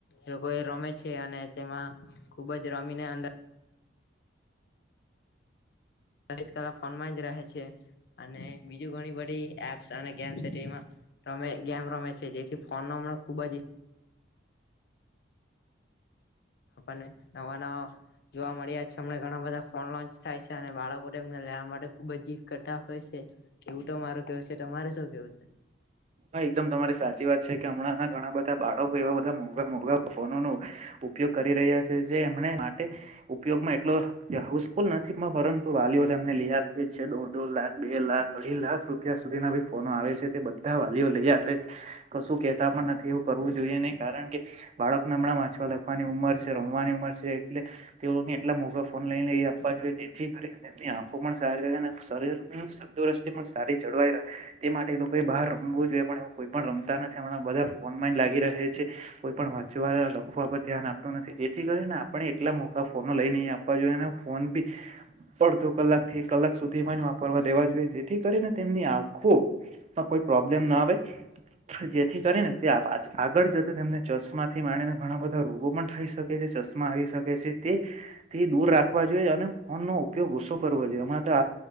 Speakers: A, on the left; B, on the right.
A: લોકો એ રમે છે અને તેમાં ખૂબ જ રમીને અંદર ચોવીસ કલાક ફોનમાં જ રહે છે અને બીજું ઘણી બધી એપ્સ અને ગેમ્સ એમાં રમે ગેમ રમે છે જેથી ફોનનો હમણાં ખુબ જ ને નવા નવા જોવા મળ્યા છે હમણાં ઘણાં બધા ફોન લોન્ચ થાય છે અને બાળકો લેવા માટે ખુબ જીદ કરતા હોય છે. એવું તો મારું કહેવું છે. તમારે શું કહેવું છે?
B: હા એકદમ તમારી સાચી વાત છે કે હમણાંના ઘણા બધા બાળકો એવા બધા મોંઘા મોંઘા ફોનોનું ઉપયોગ કરી રહ્યા છે જે એમને માટે ઉપયોગમાં એટલો યુઝફુલ નથી પરંતુ વાલીઓ તેમને લઈ આપી છે દોઢ દોઢ લાખ બે લાખ અઢી લાખ રૂપિયા સુધી ના આવે છે તે બધા વાલીઓ લઈ આપે છે કશું કેતા પણ નથી એવું કરવું જોઈએ નહી, કારણ કે બાળકને હમણાં વાંચવા લખવાની ઉંમર છે, રમવાની ઉંમર છે એટલે તેઓને એટલા મોંઘા ફોન નય લઈ આપ <unintelligible> જેથી કરીને એની આંખો પણ સારી રહે અને શરીર તંદુરસ્તી પણ સારી જળવાઈ રહે. તે માટે એ લોકો એ બહાર રમું જોઈએ પણ કોઈ પણ રમતા નથી હમણાં બધા ફોન લાગી રહ છે કોઈ પણ વાંચવા લખવા ધ્યાન આપતો નથી એથી કરીને આપણે એટલા મો ફોનો લઈ નઈ આપવા જોઈએ ફોન બી પડતો કલાક થી કલાક સુી તે જ વાપરવા દેવા જોઈએ જેથી કરીને તેમની આંખો કોઈ પ્રોબ્લેમ ના આવે જેથી કરીને તે આગળ જતા તેમને ચશ્માથી માડીને ઘણા બધા રોગો પણ થઈ શકે છે ચશમા આવી શકે છે તેથી દૂર રાખવા જોઈએ અને ફોન નો ઉપયોગ ઓસો કરવો જોઈએ હણાં તો